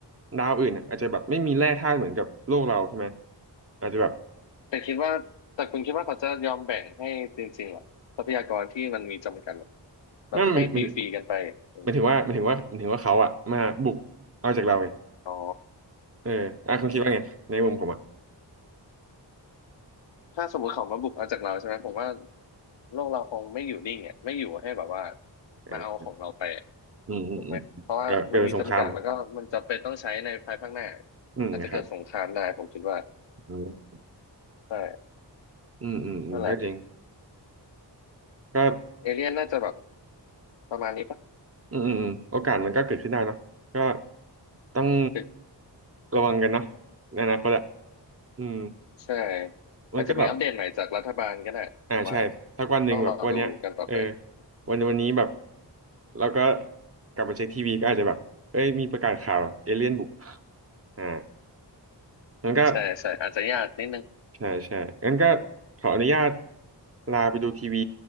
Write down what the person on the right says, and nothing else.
ดาวอื่นอาจจะแบบไม่มีแร่ธาตุเหมือนกับโลกเราใช่ไหมอาจจะแบบ
นั่นมันมันหมายถึงว่าหมายถึงว่าหมายถึงว่าเขาอะมาบุกเอาจากเราเอง
เอออ่ะคุณคิดว่าไงในมุมผมอะ
อ่า
อืมอืมอืมเกิเกิดเป็นสงคราม
อืมครับ
อืม
อืมอืมอืมก็จริง
ก็
อืมอืมอืมโอกาสมันก็เกิดขึ้นได้เนอะก็
ต้อง
ระวังกันเนอะในอนาคตอะอืม
มันก็แบบ
อ่าใช่สักวันหนึ่งแบบวันเนี้ยเออ
วันวันนี้แบบเราก็กลับไปเช็คทีวีก็อาจจะแบบเอ้ยมีประกาศข่าวเอเลี่ยนบุกอ่า งั้นก็
ใช่ใช่งั้นก็ขออนุญาตลาไปดูทีวี